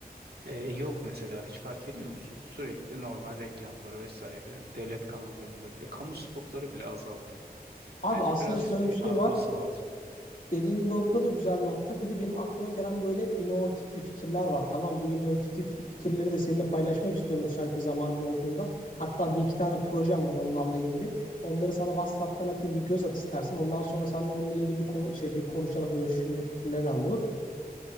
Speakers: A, on the right; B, on the left.
A: Ee, yok mesela hiç fark ediyor musun? Sürekli normal reklamları vesaire devlet kanallarında bile kamu spotları bile azaldı.
B: Abi
A: Bence
B: aslında
A: biraz
B: şöyle bir şey
A: artması
B: var.
A: lazım.
B: dediğin nokta da güzel nokta. Bir de benim aklıma gelen böyle inovatif bir fikirler var. Tamam bu inovatif fikirleri de seninle paylaşmak istiyorum müsait bir zamanın olduğunda. Hatta bir iki tane projem var onlarla ilgili. Onları sana WhatsApp'tan atayım bir göz at istersen. Ondan sonra seninle onunla ilgili bir konu şey bir konuşalım, görüşlerini, fikirlerini alalım olur mu?